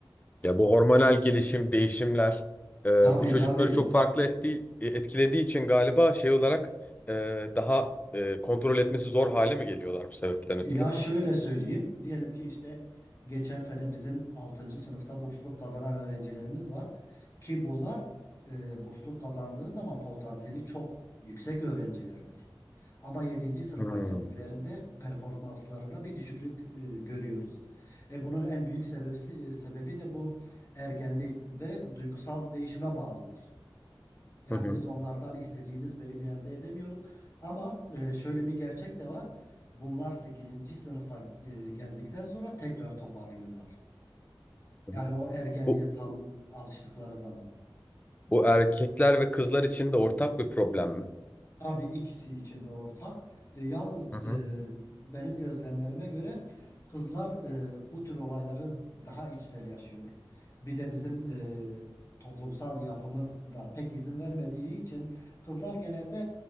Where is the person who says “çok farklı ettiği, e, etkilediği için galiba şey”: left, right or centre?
Left